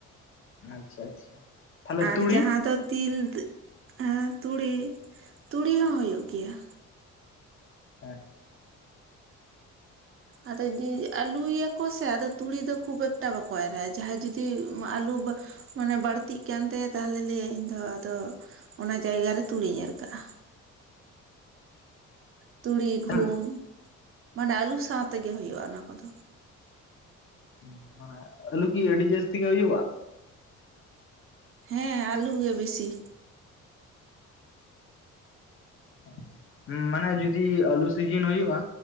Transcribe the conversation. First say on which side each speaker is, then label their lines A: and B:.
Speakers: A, on the left; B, on the right.
A: ᱟᱪᱪᱷᱟ ᱟᱪᱪᱷᱟ ᱛᱟᱦᱚᱞᱮ
B: ᱟᱨ
A: ᱛᱩᱲᱤ
B: ᱡᱟᱦᱟᱸ ᱫᱚ ᱛᱤᱞᱫ, ᱛᱩᱲᱤ ᱛᱩᱲᱤ ᱦᱚᱸ ᱦᱩᱭᱩᱜ ᱜᱮᱭᱟ᱾
A: ᱦᱮᱸ <inaudible>
B: ᱟᱫᱚ ᱟᱹᱞᱩᱭᱟᱠᱚ ᱥᱮ ᱟᱫᱚ ᱛᱩᱲᱤ ᱫᱚ ᱠᱷᱩᱵ ᱮᱠᱴᱟ ᱵᱟᱠᱚ ᱮᱨᱟ ᱡᱟᱦᱟᱸᱭ ᱡᱩᱫᱤ ᱟᱞᱩ ᱵᱟ ᱢᱟᱱᱮ ᱵᱟᱹᱲᱛᱤᱜ ᱠᱟᱱᱛᱟᱭᱟ ᱛᱟᱦᱞᱮ ᱞᱟᱹᱭᱟᱭ ᱤᱧᱫᱚ ᱟᱫᱚ, ᱚᱱᱟ ᱡᱟᱭᱜᱟᱨᱮ ᱛᱩᱲᱤᱧ ᱮᱨ ᱠᱟᱜᱼᱟ᱾ ᱛᱩᱲᱤ
A: ᱦᱮᱸ
B: ᱜᱩᱦᱩᱢ, ᱢᱟᱱᱮ ᱟᱹᱞᱩ ᱥᱟᱶᱛᱮᱜᱮ ᱦᱩᱭᱩᱜᱼᱟ ᱚᱱᱟ ᱠᱚᱫᱚ᱾
A: ᱦᱩᱸ ᱢᱟᱱᱮ ᱟᱞᱩ ᱠᱤ ᱟᱹᱰᱤ ᱡᱟᱹᱥᱛᱤ ᱜᱮ ᱦᱳᱭᱳᱜᱼᱟ?
B: ᱦᱮᱸ ᱟᱹᱞᱩ ᱜᱮ ᱵᱮᱥᱤ᱾
A: <unintelligible> ᱢᱟᱱᱮ ᱡᱩᱫᱤ ᱟᱹᱞᱩ ᱥᱤᱡᱤᱱ ᱦᱳᱭᱳᱜᱼᱟ